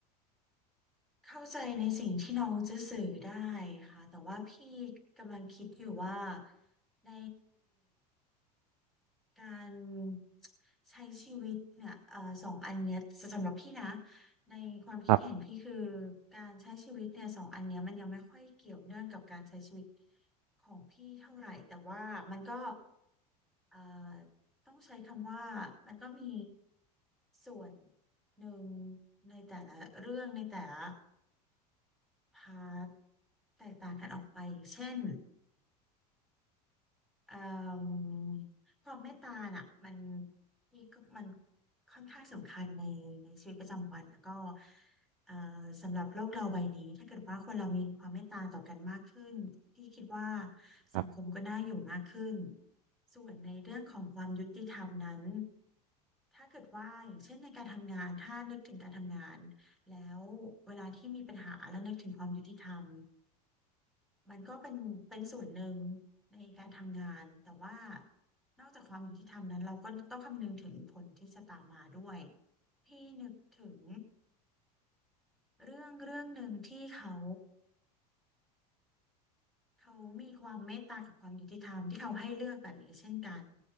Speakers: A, in the centre; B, on the right.
A: เข้าใจในสิ่งที่น้องจะสื่อได้ค่ะแต่ว่าพี่กำลังคิดอยู่ว่าใน การใช้ชีวิตเนี่ยเอ่อสองอันเนี้ยสำหรับพี่นะในความคิดเห็นพี่คือ
B: ครับ
A: การใช้ชีวิตเนี่ยสองอันเนี้ยมันยังไม่ค่อยเกี่ยวเนื่องกับการใช้ชีวิตของพี่เท่าไหร่แต่ว่ามันก็เอ่อต้องใช้คำว่ามันก็มีส่วนหนึ่งในแต่ละเรื่องในแต่ละพาร์ทแตกต่างกันออกไปอย่างเช่น เอ่มความเมตตาน่ะมันพี่ก็มันค่อนข้างสำคัญในในชีวิตประจำวันแล้วก็เอ่อสำหรับโลกเราใบนี้ถ้าเกิดว่าคนเรามีความเมตตาต่อกันมากขึ้นพี่คิดว่าสังคมก็น่าอยู่มากขึ้น
B: ครับ
A: ส่วนในเรื่องของความยุติธรรมนั้น ถ้าเกิดว่าอย่างเช่นในการทำงานถ้านึกถึงการทำงานแล้วเวลาที่มีปัญหาแล้วนึกถึงความยุติธรรมมันก็เป็นเป็นส่วนหนึ่งในการทำงานแต่ว่านอกจากความยุติธรรมนั้นเราก็ต้องคำนึงถึงผลที่จะตามมาด้วยพี่นึกถึงเรื่องเรื่องหนึ่งที่เขา เขามีความเมตตากับความยุติธรรมที่เขาให้เลือกแบบนี้เช่นกัน